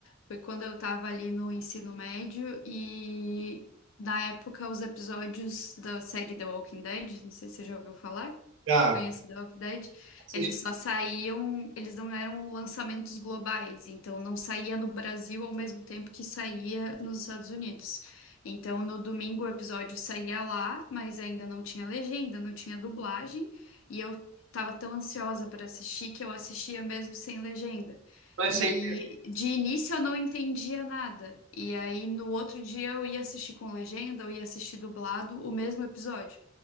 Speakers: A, on the left; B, on the right.
A: foi quando eu estava ali no ensino médio e, na época, os episódios da série The Walking Dead, não sei se você já ouviu falar,
B: Já,
A: conhece The Walking Dead,
B: assim,
A: eles só saíam, eles não eram lançamentos globais, então não saía no Brasil ao mesmo tempo que saía nos Estados Unidos. Então, no domingo o episódio saía lá, mas ainda não tinha legenda, não tinha dublagem, e eu tava tão ansiosa para assistir que eu assistia mesmo sem legenda.
B: não é
A: E
B: sempre
A: de início eu não entendia nada. E aí no outro dia eu ia assistir com legenda, eu ia assistir dublado o mesmo episódio.